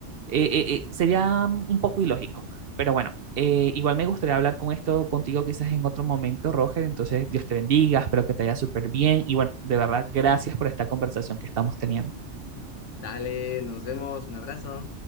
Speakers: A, on the right (about 55°); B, on the left (about 75°).
A: eh, eh, eh, sería un poco ilógico. Pero bueno, eh, igual me gustaría hablar con esto contigo quizás en otro momento, Roger. Entonces, Dios te bendiga, espero que te vaya súper bien. Y bueno, de verdad, gracias por esta conversación que estamos teniendo.
B: Dale, nos vemos, un abrazo.